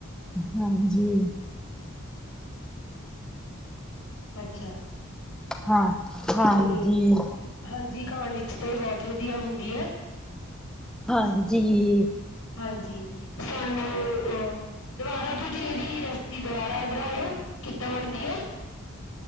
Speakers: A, in the centre; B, on the left (about 70°).
A: ਹਾਂਜੀ।
B: ਅੱਛਾ।
A: ਹਾਂ। ਹਾਂਜੀ
B: ਤੇ ਹਾਂਜੀ ਖਾਣ ਵਿੱਚ ਤੇ ਬੋਤ ਵਧੀਆ ਹੁੰਦੀ ਐ।
A: ਹਾਂਜੀ।
B: ਹਾਂਜੀ। ਸਾਨੂੰ ਓਹ ਦੁਬਾਰਾ ਤੋਂ ਜੀ ਏਦੀ ਰੈਸਿਪੀ ਦੁਬਾਰਾ ਦੋਰਾਇਓ ਕਿੱਦਾਂ ਬਣਦੀ ਐ।